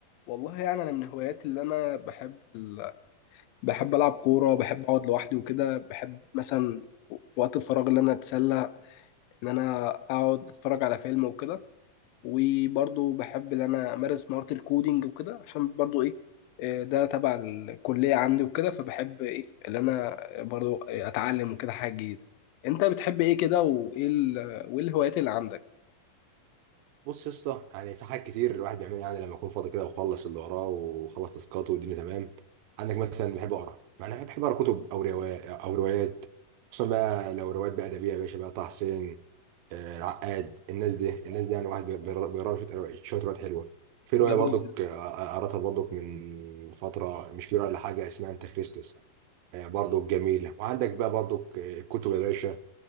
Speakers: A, on the left; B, on the right.
A: والله يعني انا من هواياتي اللي انا بحب ال... بحب العب كوره بحب اقعد لوحدي وكده بحب مثلا في وقت الفراغ اللي انا اتسلى ان انا اقعد اتفرج على فيلم وكده وبرضه بحب ان انا امارس مهاره الكودينج وكده عشان برضه ايه آه، ده تبع الكليه عندي وكده فبحب ايه اللي انا برضه اتعلم وكده حاجه جديده انت بتحب ايه كده وايه ال... وايه الهوايات اللي عندك
B: بص يا اسطى يعني في حاجات كتير الواحد بيعملها يعني لما يكون فاضي كده وخلص اللي وراه وخلص تاسكاته والدنيا تمام عندك مثلا بحب اقرا يعني أنا بحب اقرا كتب او روايات او روايات خصوصا بقى لو روايات بقى ادبيه يا باشا بقى طه حسين آه، العقاد الناس دي الناس دي يعني واحد بي- بيقرا بيقرا شويه روايات- شويه روايات حلوه في روايه
A: جميل
B: برضك آه، آه، قراتها برضك من فتره مش كبيره ولا حاجه اسمها انت خريستوس آه، برضك جميله وعندك بقى برضك آه، الكتب يا باشا